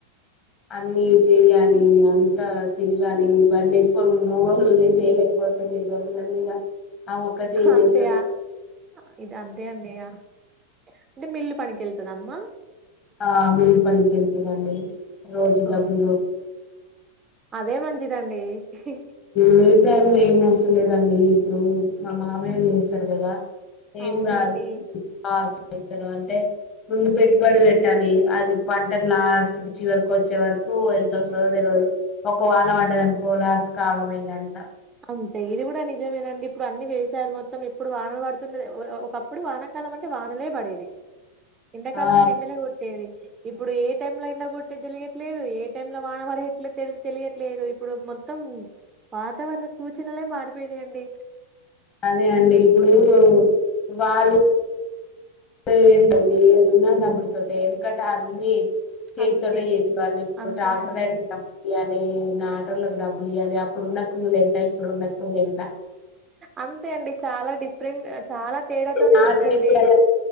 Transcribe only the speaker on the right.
అంతేయా
ఇది అంతే అండియా అంటే మిల్లు పనికేళ్తుదా అమ్మా
ఆ!
అదే మంచిదండి ఇహి
అవునండి.
అంతే ఇది గూడ నిజమేనండి ఇప్పుడు అన్ని వేసాయారు మొత్తం ఇప్పుడు వానలు పడుతున్న ఒకప్పుడు అప్పుడు వానకాలం అంటే వానలే బడేది ఎండాకాలం
అంటే ఎండలే కొట్టేది ఇప్పుడు ఏ టైమ్ లో ఎండ కొట్టతే తెలియట్లేదు ఏ టై లో వాన బడేది తెలియట్లేదు ఇప్పుడు మొత్ మొత్తం వాతావరణ సూచనలే మారిపోనాయండి
అంతే
అంతేనండి.
అంతే అండి చాలా డిఫ్రెంట్ చాలా తేడాతోనే
ఉందండి